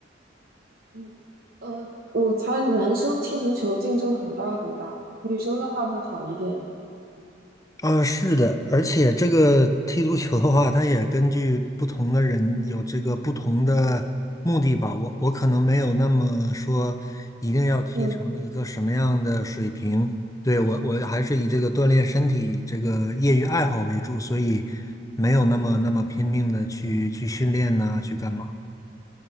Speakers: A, on the right; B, on the left.
A: 嗯，呃，我猜男生踢足球竞争很大很大，女生的话会好一点。
B: 啊，是的，而且这个踢足球的话，它也根据不同的人有这个不同的目的吧。我我可能没有那么说一定要踢成一个什么样的水平。
A: 嗯。
B: 对，我我还是以这个锻炼身体这个业余爱好为主，所以没有那么那么拼命的去去训练呐、去干嘛。